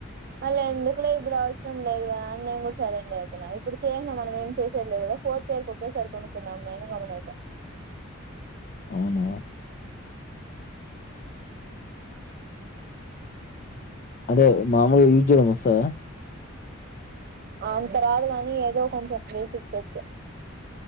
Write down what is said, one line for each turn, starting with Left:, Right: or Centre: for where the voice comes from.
Right: మళ్ళీ ఎందుకులో ఇప్పుడు ష్టం లేదు కదాని నేను కూడా సైలెంట్ అయి ఇప్పుడు చేసా మనం ఏం చేసేదిదుదా ఫోర్త్ ఇయర్కి ఒకేసారి కొనుక్కున్నాం గమన ఇపో
Left: అవునా అదే మామూలుగా యూజ్ చేడం మసాాలా
Right: ఆ తర్వాత గానీ ఏదో కొంచెం బేసిక్స్ వచ్చే